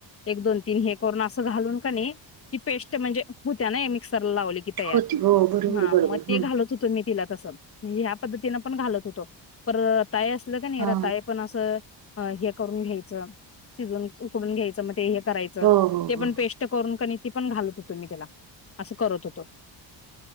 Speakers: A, on the left (about 30°); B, on the right (about 55°).
A: एक दोन तीन हे करून असं घालून का नाही की पेस्ट म्हणजे होत्या ना मिक्स लावलेकी ताई
B: होती हो बरोबर
A: मग
B: बरोबर
A: ते
B: हम्म
A: घालत होतो मी आत तिला तसं म्हणजे ह्या पद्धतीनं पण घालत होतो प रताय असलं का नाही
B: हा
A: रताय पण असं अ हे करून घ्यायचं शिजून उकडून घ्यायचं मग ते हे करा
B: हो हो
A: ते
B: हो
A: पण पेस्ट कर तेी पण घालत होतो मी त्याला असं करत होतो